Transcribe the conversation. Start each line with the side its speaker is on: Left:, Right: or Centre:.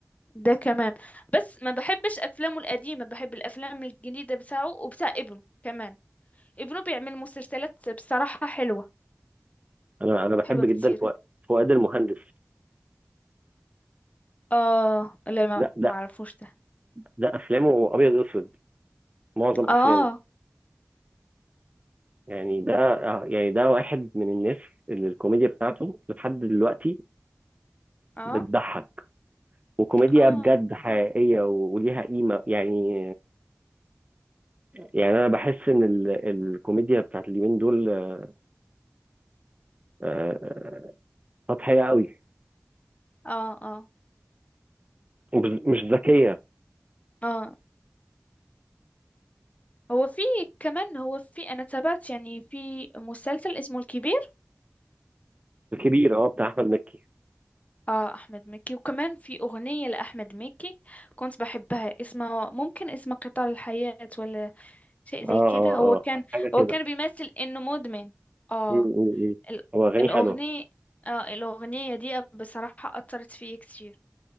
Left: ده كمان بس ما بحبش افلامه القديمه بحب الافلام الجديده بتاعه وبتاع ابنه كمان ابنه بيعمل مسلسلات بصراحه حلوه
Right: انا انا بحب
Left: حلوه
Right: جدا
Left: كتير
Right: فؤاد فؤاد المهندس
Left: اه لا ما
Right: ده ده
Left: ما اعرفوش ده
Right: ده افلامه ابيض واسود معظم افلامه
Left: اه
Right: يعني ده آه، يعني ده واحد من الناس اللي الكوميديا بتاعته لحد دلوقتي
Left: اه
Right: بتضحك وكوميديا
Left: اه اه
Right: بجد حقيقية و- وليها قيمة يعني يعني أنا بحس إن ال- الكوميديا بتاعت اليومين دول آه، آه، سطحية قوي
Left: اه
Right: وبز- مش ذكية
Left: اه هو في كمان هو في انا تابعت يعني في مسلسل اسمه الكبير
Right: الكبير اه بتاع أحمد مكي
Left: اه احمد مكي وكمان في اغنية لاحمد مكي كنت بحبها اسمها ممكن اسمها قطار الحياة ولا شيء زي
Right: اه
Left: كده
Right: اه
Left: هو
Right: اه
Left: كان
Right: حاجة كده
Left: هو كان بيمثل انه مدمن اه
Right: م- م- م.
Left: ال-
Right: هو أغانيه
Left: الاغنية
Right: حلوة
Left: اه الاغنية دي بصراحة اثرت فيا كتير